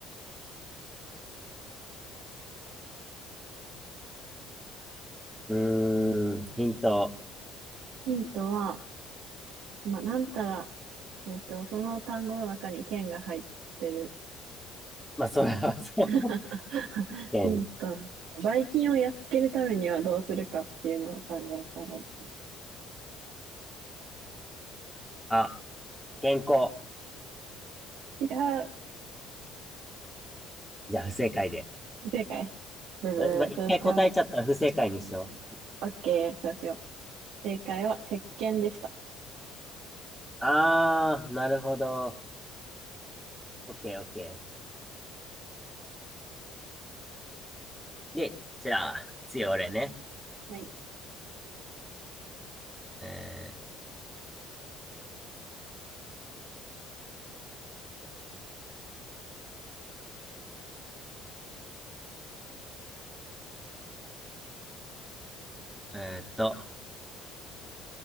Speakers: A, in the centre; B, on the right (about 75°).
A: うーん、ヒント。
B: ヒントは、まあ、なんたら、えっと、その単語の中に剣が入ってる
A: まあ、それはそう。
B: な。<laughs>
A: 県。
B: ヒント。ばい菌をやっつけるためにはどうするかっていうのを考えたらいいかも。
A: あ、健康。
B: 違う。
A: じゃあ、不正解で。
B: 不正解。ブブー。
A: なまあ一回答えちゃったら不正解にしよう。
B: 正解。オッケー。そうしよう。正解は石鹸でした。
A: あー、なるほど。オッケー、オッケー。で、じゃあ、次俺ね。
B: はい。
A: えー、えーっと、あ